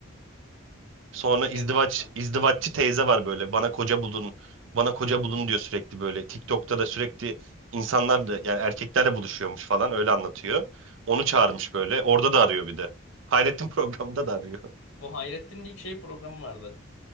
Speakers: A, on the right (about 65°); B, on the left (about 65°).
A: Sonra
B: Çok
A: izdivaç,
B: enteresan.
A: izdivaççı teyze var böyle. Bana koca bulun, bana koca bulun diyor sürekli böyle. TikTok'ta da sürekli insanlar da yani erkeklerle buluşuyormuş falan öyle anlatıyor. Onu çağırmış böyle. Orada da arıyor bir de. Hayrettin <laughs> programında da arıyor.
B: Bu Hayrettin'in ilk şey programı vardı.